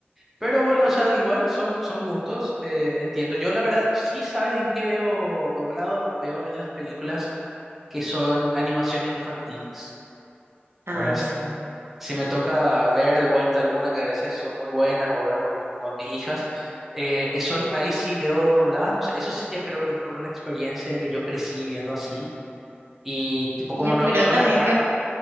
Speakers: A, in the centre; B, on the right.
A: Pero bueno, o sea, igual son, son gustos, eh, entiendo. Yo la verdad, sí sabes en qué veo doblado, veo en las películas que son animaciones infantiles,
B: Ah,
A: ¿verdad?
B: sí.
A: Si me toca ver de vuelta alguna que a veces son muy buenas o ver con, con mis hijas, eh, eh, son, ahí sí veo dobladas, no sé, eso sí ya creo que es por una experiencia de que yo crecí viendo así y tipo
B: Y
A: como
B: yo
A: no
B: creo
A: veo
B: también
A: la cara,
B: que